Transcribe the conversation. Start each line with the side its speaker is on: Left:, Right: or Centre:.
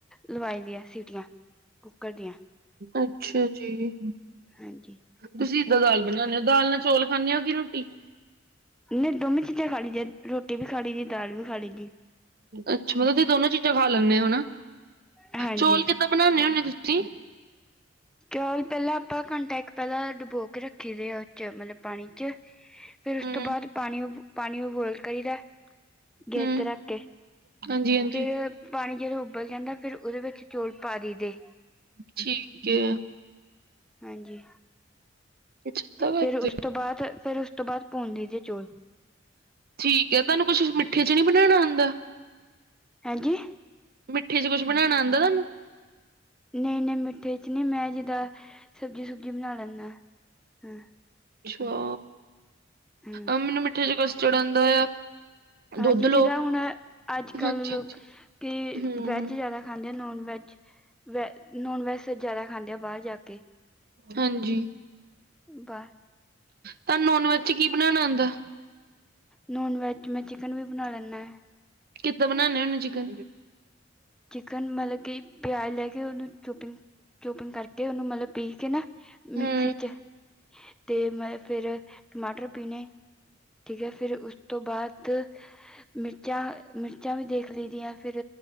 Centre: ਲਵਾਈ ਦੀਆਂ ਸੀਿਟੀਆਂ ਕੁੱਕਰ ਦੀਆਂ
Right: ਅੱਛਾ ਜੀ
Centre: ਹਾਂਜੀ
Right: ਤੁਸੀਂ ਇੱਦਾਂ ਦਾਲ ਬਣਾਉਦੇ ਹੋ ਦਾਲ ਨਾਲ ਚੌਲ ਖਾਂਦੇ ਹੋ ਕਿ ਰੋਟੀ
Centre: ਨਹੀਂ ਦੋਵੇਂ ਚੀਜ਼ਾਂ ਖਾ ਲਈ ਜ ਰੋਟੀ ਵੀ ਖਾ ਲਈ ਜੀ ਦਾਲ ਵੀ ਖਾ ਲਈ ਜੀ
Right: ਅੱਛਾ ਮਤਲਬ ਤੁਸੀਂ ਦੋਨੋ ਚੀਜ਼ਾਂ ਖਾ ਲੈਂਦੇ ਹੋ ਹਨ
Centre: ਹਾਂਜੀ
Right: ਚੋਲ ਕਿੱਦਾਂ ਬਣਾਉਂਦੇ ਹੁੰਦੇ ਹੋ ਤੁਸੀਂ
Centre: ਚੌਲ ਪਹਿਲਾਂ ਆਪਾਂ ਘੰਟਾ ਇੱਕ ਪਹਿਲਾਂ ਡੁਬੋ ਕੇ ਰੱਖੀ ਦੇ ਆ ਉਹ ਚ ਮਤਲਬ ਪਾਣੀ ਚ ਫੇਿਰ ਉਸ
Right: ਹਮ
Centre: ਤੋਂ ਬਾਅਦ ਪਾਣੀ ਪਾਣੀਬੋਇਲ ਕਰੀਦਾ ਗੈਸ
Right: ਹਮ
Centre: ਤੇ ਰੱਖ ਕੇ
Right: ਹਾਂਜੀ ਹਾਂਜੀ
Centre: ਫੇਰ ਪਾਣੀ ਜਦੋਂ ਉਬਲ ਜਾਂਦਾ ਫਿਰ ਉਹਦੇ ਵਿੱਚ ਚੌਲ ਪਾ ਦਈ ਦੇ
Right: ਠੀਕ ਹੈ
Centre: ਹਾਂਜੀ
Right: ਅੱਛਾ ਏਦਾਂ ਕਰਦੇ
Centre: ਫੇਿਰ ਉਸ ਤੋਂ ਬਾਅਦ ਫਿਰ ਉਸ ਤੋਂ ਬਾਅਦ ਪੁਣ ਲਈਦੇ ਚੌਲ
Right: ਠੀਕ ਹੈ ਤੁਹਾਨੂੰ ਕੁੱਛ ਮਿੱਠੇ ਚ ਨ ਬਣਾਉਣਾ ਹੁੰਦਾ
Centre: ਹਂਜੀ
Right: ਮਿੱਠੀ ਚ ਕੁਛ ਬਣਾਉ ਆਉਂਦਾਨੂੰ
Centre: ਨਹੀਂ ਨਹੀਂ ਮਿੱਠੇ ਚ ਨਹੀਂੀ ਮੈਂ ਜਿਦਾਂ ਸਬਜ਼ੀ ਸੁਬਜੀ ਬਣਾ ਲੈਂਦਾ ਹ
Right: ਅੱਛਾ
Centre: ਹਾਂ
Right: ਅਹ ਮੈਨੂੰ ਮਿੱਠੇ ਚ ਕਸਟਡ ਆਉਂਦਾ ਆ
Centre: ਹਾਂਜੀ
Right: ਦੁੱਧ ਲਓ
Centre: ਜਿੱਦਾਂ ਹੁਣ ਅੱਜ ਕੱਲ੍ਹ
Right: ਹਾਂਜੀ
Centre: ਲੋਕ
Right: ਹਾਂਜੀ
Centre: ਕਿ
Right: ਹਮ
Centre: ਵੈਜ ਜ਼ਿਆਦਾ ਖਾਂਦੇ ਆ ਨੋਨ ਵੈਜ ਵ ਨੋਨ ਵੈਜ ਜ਼ਿਆਦਾ ਖਾਂਦੇ ਆ ਬਾਹਰ ਜਾ ਕੇ
Right: ਹਾਂਜੀ
Centre: ਬਾਹਰ
Right: ਤਾਂ ਨੋਨ ਵੈਜ ਕੀ ਬਣਾਣਾ ਆਉਂਦਾ
Centre: ਨੋਨ ਵੈਜ ਮੈਂ ਚਿਕਨ ਵੀ ਬਣਾ ਲੈਂਦਾ ਹੈ
Right: ਕਿੱਦਾਂ ਬਣਾੇ ਹਨ ਚਿਕਨ
Centre: ਚਿਕਨ ਮਤਲਬ ਕਿ ਪਿਆਜ ਲੈ ਕੇ ਉਹਨੂੰ ਚੌਪਿੰਗ ਚੌਪਿੰਗ ਕਰਕੇ ਉਹਨੂੰ ਮਤਲਬ ਪੀ ਕੇ ਨਾ
Right: ਹੂੰ
Centre: ਮਿਕਸੀ ਚ ਤੇ ਮ ਫੇਿਰ ਟਮਾਟਰ ਪੀਣੇ ਠੀਕ ਹੈ ਫਿਰ ਉਸ ਤੋਂ ਬਾਅਦ ਮਿਰਚਾਂ ਮਿਰਚਾਂ ਵੀ ਦੇਖ ਲਈ ਦੀਆਂ ਫਿਰ